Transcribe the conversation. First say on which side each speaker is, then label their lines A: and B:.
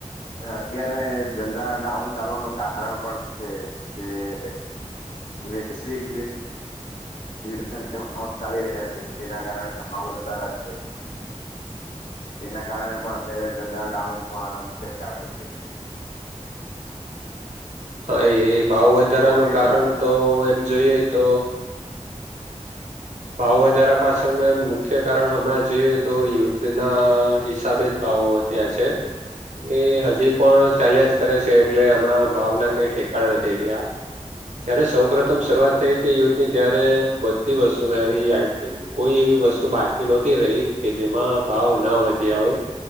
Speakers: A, on the left; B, on the right.
A: અત્યારે ધંધા ડાઉન ચાલવાનું કારણ પણ છે જે <unintelligible> વૈશ્વિક <inaudible> ચાલી રહ્યા છે તેના કારણે ભાવ વધારા છે તેના કારણે પણ અત્યારે ધંધા ડાઉન થવાના મુખ્ય કારણો છે.
B: હા એ ભાવ વધારાનું
A: તો પોતે
B: કારણ
A: જ લા-
B: તો એમ જોઈએ તો ભાવ વધારા પાછળનું એમ મુ મુખ્ય કારણ હમણાં જોઈએ તો યુદ્ધના હિસાબે જ ભાવો વધ્યા છે. એ હજી પણ ચાલ્યા જ કરે છે એટલે હમણાં ભાવના કઈ ઠેકાણા નથી રહ્યા. જયારે સૌ પ્રથમ શરૂઆત થઈ હતી યુથની ત્યારે બધી વસ્તુ મે આવી <unintelligible> કોઈ એવી વસ્તુ બાકી નહોતી રહી કે જેમાં ભાવ ના વધ્યા હોય.